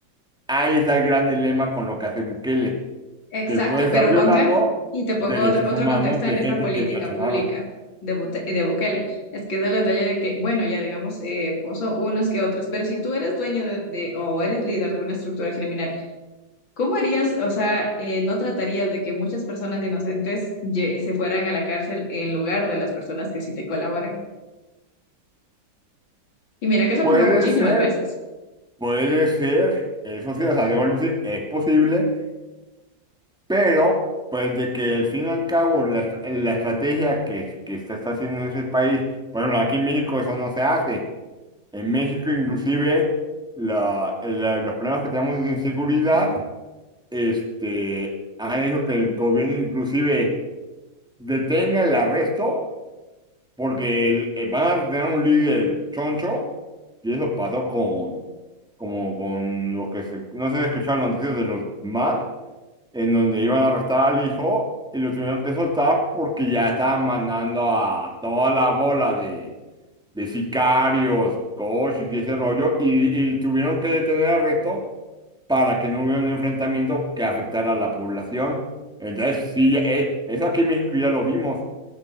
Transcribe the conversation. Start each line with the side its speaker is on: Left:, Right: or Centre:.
Centre: Ahí está el gran dilema con lo que hace Bukele,
Left: Exacto,
Centre: que puede estar
Left: pero
Centre: violando
Left: ponte y te pongo
Centre: derechos
Left: otro, otro
Centre: humanos
Left: contexto en
Centre: de
Left: esta
Centre: gente
Left: política
Centre: que no ha hecho
Left: pública
Centre: nada.
Left: de, Bute- de Bukele. Es que es el detalle de que, bueno, ya digamos, eh, puso unos que otros, pero si tú eres dueño de, de- o eres líder de una estructura criminal, ¿cómo harías, o sea, eh, no tratarías de que muchas personas inocentes ye- se fueran a la cárcel en lugar de las personas que sí te colaboran? Y mira que eso
Centre: Puede
Left: ha pasado muchísimas
Centre: ser,
Left: veces.
Centre: puede ser, eso sí, o sea, debo decir, es posible Pero, pues de que al fin y al cabo la, est- la estrategia que, que se está haciendo en ese país, bueno, aquí en México eso no se hace. En México inclusive la, la- los problemas que tenemos de inseguridad, este, han hecho que el gobierno inclusive detenga el arresto porque eh, van a tener un líder choncho y eso pasó con, como con lo que se, no sé si escucharon las noticias de los man en donde iban a arrestar al hijo y lo tuvieron que soltar porque ya estaban mandando a toda la bola de, de sicarios, coches y ese rollo, y, y tuvieron que detener al resto para que no hubiera un enfrentamiento que afectara a la población. Entonces, sí, eh, eso aquí en México ya lo vimos,